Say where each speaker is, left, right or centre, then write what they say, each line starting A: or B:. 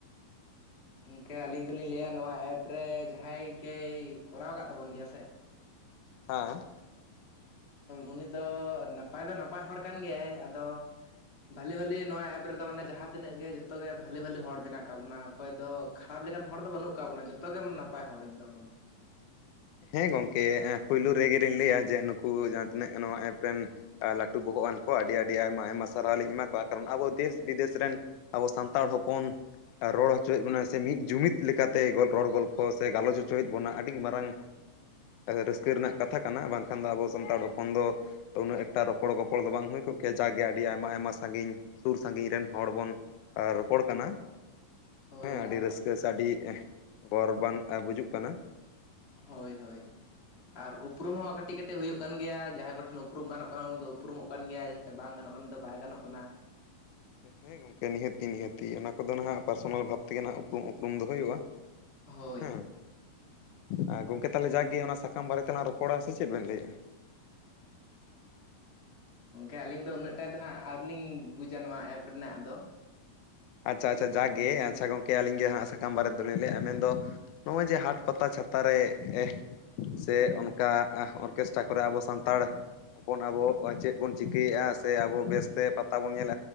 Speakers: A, on the left; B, on the left.
A: ᱜᱚᱝᱠᱮ ᱟᱹᱞᱤᱧ ᱫᱚᱞᱤᱧ ᱞᱟᱹᱭᱟ ᱱᱚᱣᱟ ᱮᱯ ᱨᱮ ᱡᱟᱦᱟᱸᱭ ᱜᱮᱭ ᱠᱚᱨᱟᱣ ᱠᱟᱫ ᱛᱟᱵᱚᱱ ᱜᱮᱭᱟ ᱥᱮ
B: ᱦᱮᱸ
A: ᱩᱱᱤ ᱫᱚ ᱱᱟᱯᱟᱭ ᱫᱚ ᱱᱟᱯᱟᱭ ᱦᱚᱲ ᱠᱟᱱ ᱜᱮᱭᱟᱭ ᱟᱫᱚ ᱵᱷᱟᱞᱤ ᱵᱷᱟᱞᱤ ᱱᱚᱣᱟ ᱮᱯ ᱨᱮᱫᱚ ᱢᱟᱱᱮ ᱡᱟᱦᱟᱸ ᱛᱤᱱᱟᱹᱜ ᱜᱮ ᱡᱚᱛᱚ ᱜᱮ ᱵᱷᱟᱞᱤ ᱵᱷᱟᱞᱤ ᱦᱚᱲ ᱢᱮᱱᱟᱜ ᱟᱠᱟᱫ ᱵᱚᱱᱟ ᱚᱠᱚᱭ ᱫᱚ ᱠᱷᱟᱨᱟᱯ ᱞᱮᱠᱟᱱ ᱦᱚᱲ ᱫᱚ ᱵᱟᱹᱱᱩᱜ ᱠᱟᱫ ᱵᱚᱱᱟ ᱡᱚᱛ ᱡᱚᱛᱚ ᱜᱮ ᱱᱟᱯᱟᱭ ᱦᱚᱲ ᱮᱠᱫᱚᱢ
B: ᱦᱮᱸ ᱜᱚᱢᱠᱮ ᱯᱳᱭᱞᱳ ᱨᱮᱜᱮᱞᱤᱧ ᱞᱟᱹᱭᱟ ᱡᱮ ᱱᱩᱠᱩ ᱡᱟᱦᱟᱸ ᱛᱤᱱᱟᱹᱜ ᱱᱚᱣᱟ ᱮᱯ ᱨᱮᱱ ᱞᱟᱹᱴᱩ ᱵᱚᱦᱚᱜ ᱟᱱ ᱠᱚ ᱟᱹᱰᱤ ᱟᱹᱰᱤ ᱟᱭᱢᱟ ᱟᱭᱢᱟ ᱥᱟᱨᱦᱟᱣ ᱞᱤᱧ ᱮᱢᱟ ᱠᱚᱣᱟ ᱠᱟᱨᱚᱱ ᱟᱵᱚ ᱫᱮᱥ
A: ᱦᱮᱸ
B: ᱵᱤᱫᱮᱥ ᱨᱮᱱ ᱟᱵᱚ ᱥᱟᱱᱛᱟᱲ ᱦᱚᱯᱚᱱ ᱨᱚᱲ ᱦᱚᱪᱚᱭᱮᱫ ᱵᱚᱱᱟ ᱥᱮ ᱢᱤᱫ ᱡᱩᱢᱤᱫ ᱞᱮᱠᱟᱛᱮ ᱨᱚᱲ ᱜᱚᱞᱯᱷᱚ ᱥᱮ ᱜᱟᱞᱚᱪ ᱦᱚᱪᱚᱭᱮᱫ ᱵᱚᱱᱟ ᱟᱹᱰᱤ ᱢᱟᱨᱟᱝ ᱨᱟᱹᱥᱠᱟᱹ ᱨᱮᱱᱟᱜ ᱠᱟᱛᱷᱟ ᱠᱟᱱᱟ ᱵᱟᱝᱠᱷᱟᱱ ᱫᱚ ᱟᱵᱚ ᱥᱟᱱᱛᱟᱲ ᱦᱚᱯᱚᱱ ᱫᱚ ᱩᱱᱟᱹᱜ ᱮᱠᱴᱟ ᱨᱚᱯᱚ ᱜᱚᱲᱚ ᱜᱚᱯᱚᱲᱚ ᱫᱚ ᱵᱟᱝ ᱦᱩᱭ ᱠᱚᱜ ᱠᱮᱭᱟ ᱡᱟᱜᱮ ᱟᱹᱰᱤ ᱟᱭᱢᱟ ᱟᱭᱢᱟ ᱥᱟᱺᱜᱤᱧ ᱥᱩᱨ ᱥᱟᱺᱜᱤᱧ ᱨᱮᱱ ᱦᱚᱲ ᱵᱚᱱ ᱟᱨ ᱨᱚᱯᱚᱲ ᱠᱟᱱᱟ
A: ᱦᱳᱭ
B: ᱦᱮᱸ ᱟᱹᱰᱤ
A: ᱟᱨ
B: ᱨᱟᱹᱥᱠᱟᱹ ᱥᱮ ᱟᱹᱰᱤ ᱜᱚᱨᱚᱵᱟᱱ ᱵᱩᱡᱩᱜ ᱠᱟᱱᱟ
A: ᱦᱳᱭ ᱦᱳᱭ ᱟᱨ ᱩᱯᱨᱩᱢ ᱦᱚᱸ ᱠᱟᱹ ᱠᱟᱹᱴᱤᱡ ᱠᱟᱹᱴᱤᱡ ᱦᱩᱭᱩᱜ ᱠᱟᱱ ᱜᱮᱭᱟ ᱡᱟᱦᱟᱸᱭ ᱠᱚᱴᱷᱮᱱ ᱩᱯᱨᱩᱢ ᱜᱟᱱᱚᱜ ᱠᱟᱱᱟ ᱩᱱᱤ ᱫᱚ ᱩᱯᱨᱩᱢᱚᱜ ᱠᱟᱱ ᱜᱮᱭᱟ ᱡᱟᱦᱟᱸᱭ ᱴᱷᱮᱱ ᱵᱟᱝ ᱜᱟᱱᱚᱜ ᱠᱟᱱᱟ ᱩᱱᱤ ᱫᱚ ᱵᱟᱭ ᱜᱟᱱᱚᱜ ᱠᱟᱱᱟ
B: ᱦᱮᱸ ᱜᱚᱝᱠᱮ ᱱᱤᱦᱟᱹᱛᱤ ᱱᱤᱦᱟᱹᱛᱤ ᱚᱱᱟ ᱠᱚᱫᱚ ᱱᱟᱦᱟᱸᱜ ᱯᱟᱨᱥᱚᱱᱟᱞᱷᱟᱵᱽ ᱛᱮᱜᱮ ᱦᱟᱸᱜ ᱩᱯᱨᱩᱢ ᱩᱯᱨᱩᱢ ᱫᱚ ᱦᱩᱭᱩᱜᱼᱟ
A: ᱦᱳᱭ
B: ᱦᱮᱸ ᱟᱨ ᱜᱚᱢᱠᱮ ᱛᱟᱦᱚᱞᱮ ᱡᱟᱠᱮ ᱚᱱᱟ ᱥᱟᱠᱟᱢ ᱵᱟᱨᱮ ᱛᱮ ᱞᱟᱝ ᱨᱚᱯᱚᱲᱟ ᱥᱮ ᱪᱮᱫ ᱵᱮᱱ ᱞᱟᱹᱭᱮᱜᱼᱟ?
A: ᱜᱚᱢᱠᱮ ᱟᱹᱞᱤᱧ ᱫᱚ ᱩᱱᱟᱹᱜ ᱴᱟ ᱫᱚ ᱦᱟᱸᱜ ᱟᱨᱞᱤᱧ ᱵᱩᱡᱟ ᱱᱚᱣᱟ ᱮᱯ ᱨᱮᱱᱟᱜ ᱫᱚ
B: ᱟᱪᱪᱷᱟ ᱟᱪᱪᱷᱟ ᱡᱟᱜᱮ ᱟᱪᱪᱷᱟ ᱜᱚᱢᱠᱮ ᱟᱹᱞᱤᱧ ᱜᱮ ᱦᱟᱸᱜ ᱥᱟᱠᱟᱢ ᱵᱟᱨᱮᱛᱮ ᱫᱚ ᱞᱤᱧ ᱞᱟᱹᱭᱮᱫᱼᱟ ᱢᱮᱱᱫᱚ ᱱᱚᱜᱼᱚᱭ ᱡᱮ ᱦᱟᱴ ᱯᱟᱛᱟ ᱪᱷᱟᱛᱟ ᱨᱮ ᱮ ᱥᱮ ᱚᱱᱠᱟ ᱚᱨᱠᱮᱥᱴᱨᱟ ᱠᱚᱨᱮ ᱟᱵᱚ ᱥᱟᱱᱛᱟᱲ ᱵᱚᱱ ᱟᱵᱚ ᱪᱮᱫ ᱵᱚᱱ ᱪᱤᱠᱟᱹᱭᱮᱫᱼᱟ ᱥᱮ ᱟᱵᱚ ᱵᱮᱥᱛᱮ ᱯᱟᱛᱟ ᱵᱚᱱ ᱧᱮᱞ